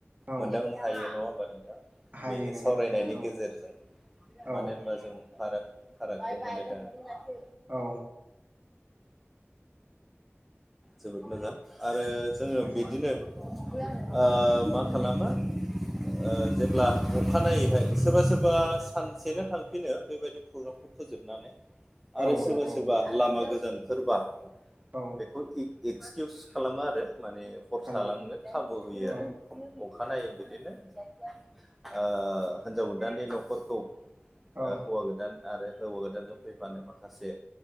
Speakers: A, on the right (about 40°); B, in the centre.
A: औ
B: मोनदांनो हायो नङा होमबा नोंथां?
A: हायो
B: बे जे
A: नोंथां
B: सावरायनायनि
A: हायो औ
B: गेजेरजों
A: औ
B: मानो होम बा जों फाराग फारागखौ मोननो <unintelligible>
A: औ।
B: जोबोद मोजां आरो जोङो
A: मोजां
B: बिदिनो ओ मा खालामो ओ जेब्ला अखानायैहाय सोरबा सोरबा सानसेनो थांफिनो बेबायदि प्रग्रामखौ फोजोबनानै
A: औ
B: आरो सोरबा
A: औ
B: सोरबा लामा गोजानफोरबा
A: औ।
B: बेखौ इक-एक्सक्युस खालामो आरो माने हर
A: खालामो
B: थालांनो खाबु होयो
A: औ
B: आरो। अखानायै बिदिनो ओ होनजाव गोदाननि न'खरखौ ओ
A: औ
B: हौवा गोदान आरो हौवा गोदानजों फैफानाय माखासे